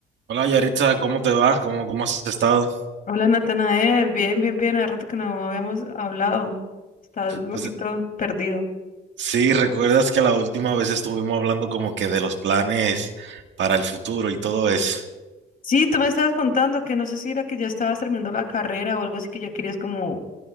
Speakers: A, on the right; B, on the left.
A: Hola Yaritza, ¿cómo te va? ¿Cómo, cómo has estado?
B: Hola Natanael, bien, bien, bien, hace rato que no habíamos hablado. Estás un poquito
A: Pues
B: perdido.
A: sí, recuerdas que la última vez estuvimos hablando como que de los planes para el futuro y todo eso.
B: Sí, tú me estabas contando que no sé si era que ya estabas terminando la carrera o algo así que ya querías como,